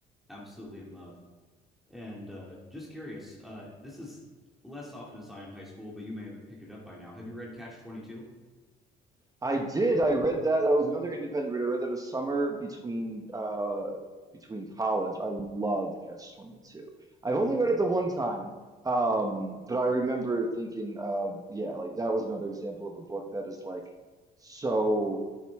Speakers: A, in the centre; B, on the right.
A: absolutely in love. And uh, just curious, uh, this is less often as I in high school, but you may have picked it up by now. Have you read Catch Twenty Two?
B: I did. I read that. I was another independent reader. I read that a summer between uh between college. I loved Catch 22. I've only read it the one time. Um, but I remember thinking of, yeah, like that was another example of a book that is like so